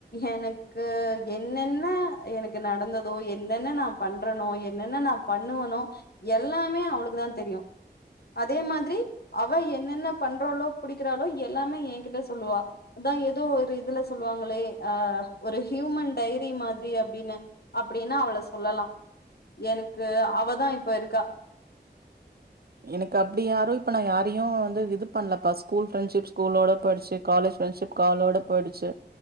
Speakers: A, on the left; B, on the right.
A: எனக்கு என்னென்ன எனக்கு நடந்ததோ என்னென்ன நான் பண்றனோ என்னென்ன நான் பண்ணுவனோம் எல்லாமே அவளுக்கு தான் தெரியும் அதே மாரி அவ என்னென்ன பண்றாலோ புடிக்கிறாளோ எல்லாமே எ கிட்ட சொல்லுவா அதான் ஏதோ ஒரு இதுல சொல்லுவாங்களே அ ஒரு ஹியூமன் டைரி மாதிரி அப்டின்னு அப்டின்னு அவள சொல்லலாம் எனக்கு அவதான் இப்ப இருக்கா
B: எனக்கு அப்டி யாரும் இப்ப நான் யாரையும் இது பண்ணலப்பா ஸ்கூல் ஃப்ரெண்ட்ஷிப் ஸ்கூலோட போயிருச்சு காலேஜ் ஃப்ரெண்ட்ஷிப் காலோடு போயிடுச்சு